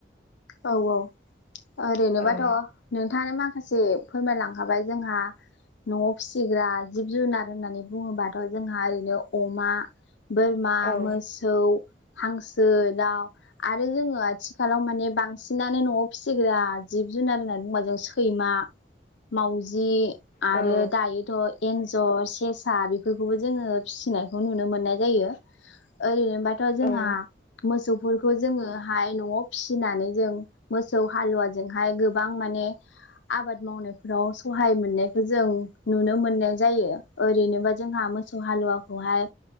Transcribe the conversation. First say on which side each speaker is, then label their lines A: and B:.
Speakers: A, on the left (about 85°); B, on the left (about 50°).
A: औ औ ओरैनोबाथ'
B: औ
A: नोंथाङानो माखासे फोरमायलांखाबाय जोंहा न'आव फिसिग्रा जिब जुनार होननानै बुङोबाथ' जोंहा ओरैनो अमा बोरमा
B: औ
A: मोसौ हांसो दाउ आरो जोङो आथिखालाव माने बांसिनानो न'आव फिसिग्रा जिब जुनार होननानै बुंबा जों सैमा मावजि आरो
B: औ
A: दायो थ' एन्जर सेसा बेफोरखौबो जोङो फिसिनायखौ नुनो मोननाय जायो। ओरैनोबाथ' जोंहा
B: औ
A: मोसौफोरखौ जोङोहाय न'आव फिसिनानै जों मोसौ हालुवाजोंहाय गोबां माने आबाद मावनायफोराव सहाय मोननायखौ जों नुनो मोननाय जायो ओरैनोबा जोंहा मोसौ हालुवाखौहाय